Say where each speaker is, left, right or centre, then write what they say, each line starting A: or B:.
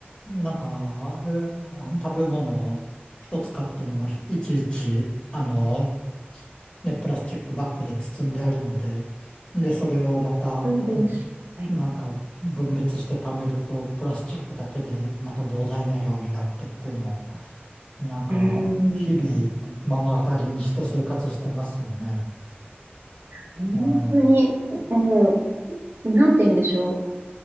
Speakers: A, on the left (about 25°); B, on the right (about 70°).
A: なんか、えー食べ物を一つ買っても、いちいち、あのーね、プラスチックバッグで包んであるので、で、それをまた、
B: そうです。はい。
A: なんか分別して貯めると、プラスチックだけでまた膨大な量になってっていうのを、なんか日々目の当たりにして生活してますよね。
B: うーん。本当に、
A: は
B: もう、なんて言うんでしょう。